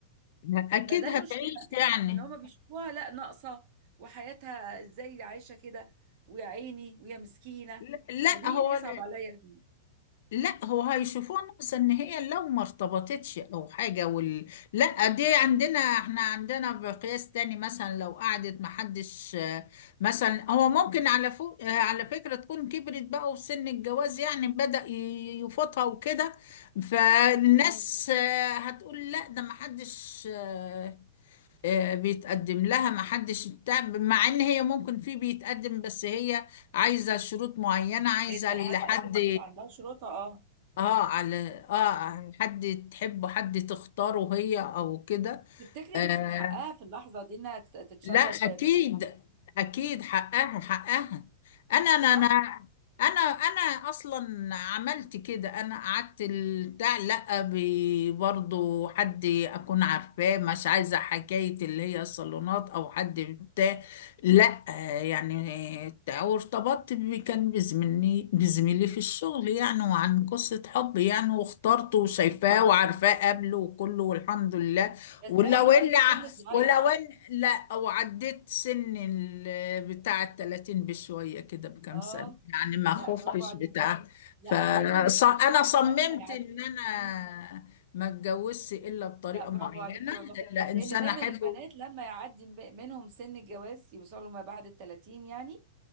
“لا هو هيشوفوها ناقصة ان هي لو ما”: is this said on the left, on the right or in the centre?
Left